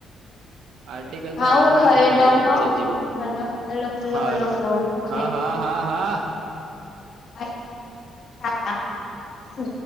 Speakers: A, on the right; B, on the left.
A: આર્ટિકલ તો
B: હા
A: ઓનલાઈન
B: હું ખાઈ
A: એમતમ મળી
B: લઉં
A: જાય
B: હ
A: છે જીબીટીમાં
B: હલો હલો હલો
A: સારું
B: હલો હલો હું
A: હા હા. હા હા.
B: ચ હા હા સુ